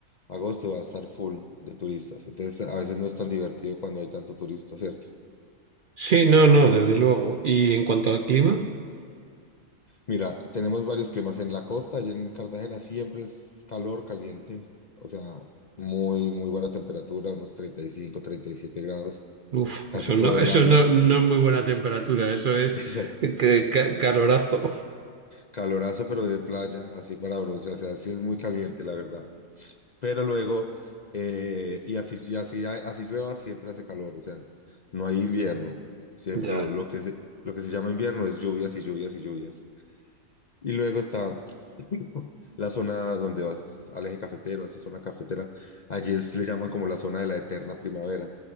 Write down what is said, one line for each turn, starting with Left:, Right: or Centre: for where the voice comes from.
Left: agosto va a estar full de turistas. Entonces a veces no es tan divertido cuando hay tanto turista, ¿cierto?
Right: sí, no, no, desde luego. ¿Y en cuanto al clima?
Left: Mira, tenemos varios climas en la costa. Allí en Cartagena siempre es calor, caliente. O sea, muy, muy buena temperatura, unos treinta treinta y cinco, treinta y siete grados
Right: Uf,
Left: casi
Right: eso
Left: todo
Right: no, eso
Left: el año.
Right: no, no es muy buena temperatura, eso
Left: <laughs>
Right: es
Left: Exacto.
Right: eh, que- ca- calorazo.
Left: Calorazo, pero de playa, así para bronce. O sea, sí es muy caliente, la verdad. pero luego, eh, y así, y así, así llueva, siempre hace calor, o sea, no hay invierno, siempre
Right: <laughs> Ya,
Left: lo, lo que se, lo que se llama invierno es lluvias y lluvias y lluvias. Y luego está <coughs> <laughs> la zona donde vas al eje cafetero, a esa zona cafetera, allí es- le llaman como la zona de la eterna primavera.